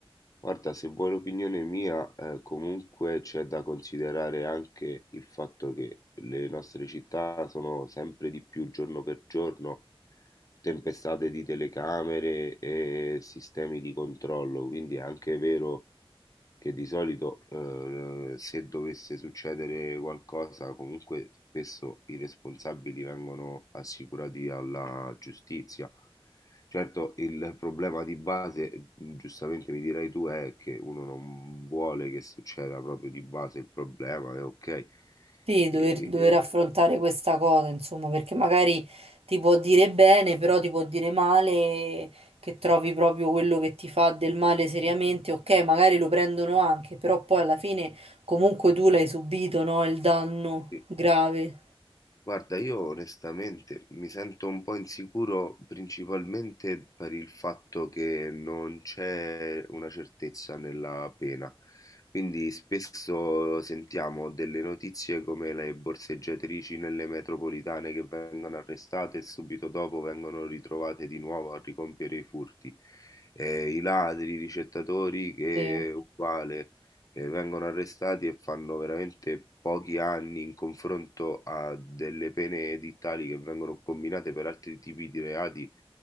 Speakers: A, on the left (about 35°); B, on the right (about 80°).
A: Guarda, se vuoi l'opinione mia, eh, comunque c'è da considerare anche il fatto che le nostre città sono sempre di più giorno per giorno tempestate di telecamere e sistemi di controllo, quindi è anche vero che di solito eh, se dovesse succedere qualcosa, comunque spesso i responsabili vengono assicurati alla giustizia. Certo, il problema di base, giustamente mi dirai tu, è che uno non vuole che succeda proprio di base il problema, è ok.
B: Sì, dover,
A: E-
B: dover affrontare questa cosa, insomma, perché magari ti può dire bene, però ti può dire male, che trovi proprio quello che ti fa del male seriamente. Ok, magari lo prendono anche, però poi alla fine comunque tu l'hai subito, no? Il danno
A: e-
B: grave.
A: Guarda, io onestamente mi sento un po' insicuro principalmente per il fatto che non c'è una certezza nella pena. Quindi spesso sentiamo delle notizie come le borseggiatrici nelle metropolitane che vengono arrestate e subito dopo vengono ritrovate di nuovo a ricompiere i furti. Eh, i ladri, i ricettatori che
B: Sì,
A: è uguale che vengono arrestati e fanno veramente pochi anni in confronto a delle pene edittali che vengono combinate per altri tipi di reati